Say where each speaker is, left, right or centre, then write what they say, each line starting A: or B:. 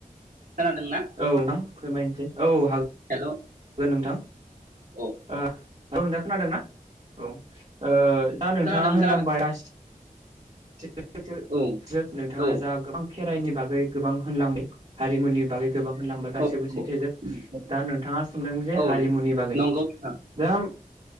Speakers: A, on the right (about 70°); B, on the right (about 45°).
A: खोनादोंना
B: औ नोंथां फोरमायनोसै औ हा
A: हेल'
B: गोन नोंथां
A: औ
B: ओं औ नोंथा खोनादोंना औ ओ दा नोंथाङा
A: खोनादों खोनादों
B: होनलांबायसि <unintelligible>
A: औ
B: नोंथाङा
A: औ
B: जा गोबां खेराइनि बागै गोबां होनलांदो हारिमुनि बागै गोबां होनलांबाय गासैबो
A: औ
B: सैथोजोब
A: औ
B: दा नोंथाङा सोंदों जे
A: औ
B: हारिमुनि बागै
A: नंगौ नोंथां
B: दा